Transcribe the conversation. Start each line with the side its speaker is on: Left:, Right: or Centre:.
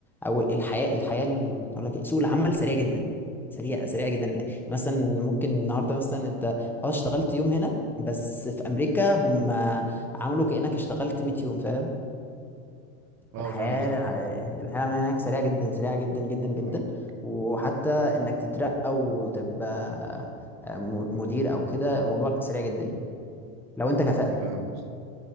Centre: او الحياه الحياه ال- اقول لك إيه، سوق العمل سريع جدا سريع سريع جدا مثلا ممكن النهارده مثلا انت اه اشتغلت يوم هنا بس في امريكا هم عملوا كانك اشتغلت 100 يوم فاهم
Right: اه
Centre: الحياة
Right: فاهم قصدك عامة
Centre: الحياة من هناك سريعة جدا سريعة جدا جدا جدا
Right: فاهم
Centre: وحتى انك تترقى وتبقى آه، م- مدير او كده الموضوع سريع جدا يعني لو انت كفاءة
Right: فاهم قصدك